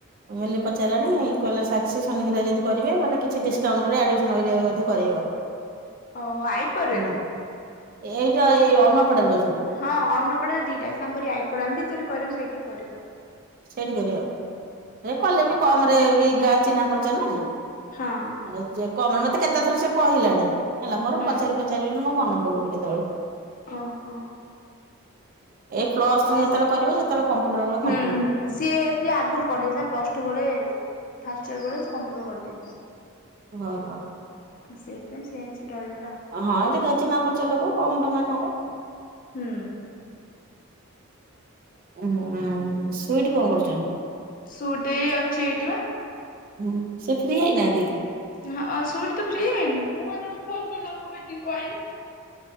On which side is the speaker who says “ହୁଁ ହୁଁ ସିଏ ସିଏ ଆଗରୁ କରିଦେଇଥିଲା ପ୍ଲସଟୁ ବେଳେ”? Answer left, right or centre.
Left